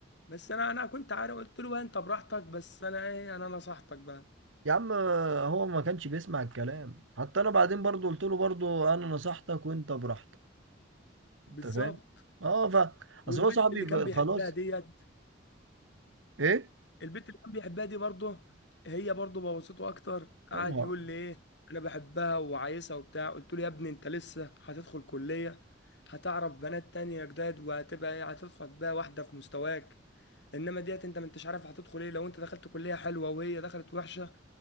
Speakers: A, on the left; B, on the right.
A: بس انا انا كنت عارف قلت له بقى انت براحتك بس انا ايه انا نصحتك بقى
B: يا عم آه، هو ما كانش بيسمع الكلام حتى انا بعدين برضو قلت له برضو انا نصحتك وانت براحتك انت
A: بالظبط
B: فاهم اه ف
A: والبنت
B: اصل هو صاحبي
A: اللي كان بيحبها
B: خلاص
A: ديت
B: ايه
A: البنت اللي كان بيحبها دي برضه هي برضه بوظته اكتر قعد
B: يا نهار
A: يقول لي ايه انا بحبها وعايزها وبتاع قلت له يا ابني انت لسه هتدخل كليه هتعرف بنات تانية جداد وهتبقى ايه هتدخل بقى واحده في مستواك انما ديت انت ما انتش عارف هتدخل ايه لو انت دخلت كليه حلوه وهي دخلت وحشه